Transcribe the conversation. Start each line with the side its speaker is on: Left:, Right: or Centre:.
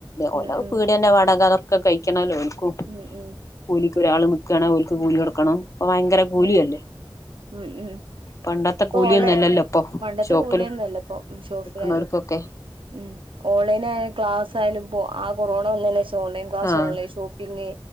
Right: ഉം
Left: ഓല്
Right: ഉം
Left: പീടിയന്റെ വടക അതൊക്കെ കഴിക്കണല്ലോ ഓൽക്കും
Right: ഉം ഉം
Left: കൂലിക്ക് ഒരാൾ നിക്കാണെ ഓൽക്ക് കൂലി കൊടുക്കണം ഇപ്പ ഭയങ്കര കൂലിയല്ലേ
Right: ആഹ് ഉം ഉം
Left: പണ്ടത്തെ
Right: ഇപ്പൊ
Left: കൂലിയൊന്നുംല്ലല്ലോ
Right: ഓളെ
Left: ഇപ്പൊ
Right: പണ്ടത്തെ
Left: ഷോപ്പില്
Right: കൂലിയൊന്നും അല്ല ഇപ്പൊ ഷോപിലായാലും
Left: നിക്ക്ണോൽക്കൊക്കെ
Right: ഉം ഓൺലൈനായ ക്ലാസ്സായാലും ഇ ആ കൊറോണ വന്നയ്ന് ശേഷം ഓൺലൈൻ ക്ലാസ്,
Left: ആഹ്
Right: ഓൺലൈൻ ഷോപ്പിംഗ്,